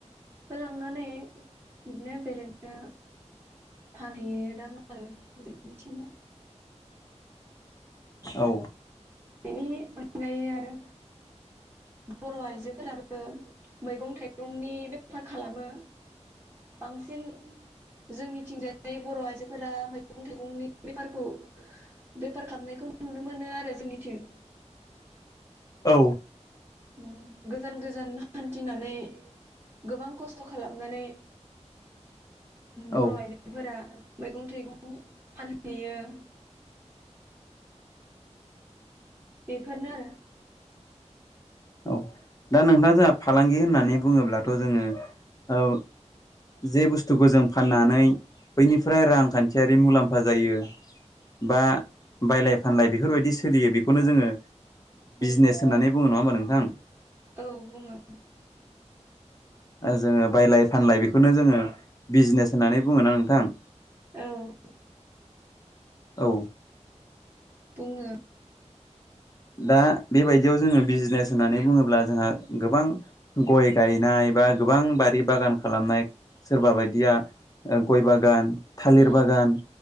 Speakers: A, on the right; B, on the left.
A: होलांनानै बिदिनो बेलेगनो फानहैयोदां आरो जोंनिथिंनो।
B: औ
A: बेनि अनगायै आरो बर' आइजोफोराबो मैगं थाइगंनि बेफार खालामो बांसिन जोंनिथििंजाय बर' आइजोफोरा मैगं थाइगंनि बेफारखौ बेफार खालामनायखौ नुनो मोनो आरो जोंनिथिं।
B: औ
A: उम गोजान गोजान हान्थिनानै गोबां खस्थ' खालामनानै
B: औ
A: बर' आइजोफोरा मैगं थाइगं फानहैयो। बेफोरनो
B: औ दा नोंथाङा जोंहा फालांगि होननानै बुङोब्लाथ' जोङो, औ। जे बुस्थुखौ जों फाननानै बैनिफ्राय रांखान्थियारि मुलाम्फा जायो। बा बायलाय फानलाय बेफोरबायदि सोलियो बेखौनो जोङो बिजनेस
A: उम
B: होननानै बुङो नङा होमबा नोंथां?
A: औ बुङो
B: जोङो बायलाय फानलाय बेखौनो जोङो बिजनेस होननानै बुङोना नोंथां।
A: औ।
B: औ।
A: फुङो
B: दा बेबायदियाव जोङो बिजनेस होननानै बुङोब्ला जोंहा गोबां गय गायनाय बा गोबां बारि बागान खालामनाय सोरबा बायदिया गय बागान थालिर
A: उम
B: बागान